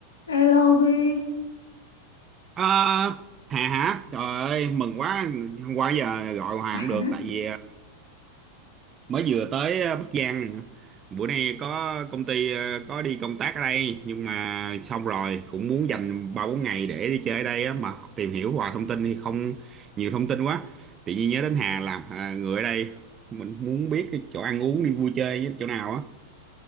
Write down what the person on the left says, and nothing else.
Hello Duy
<laughs>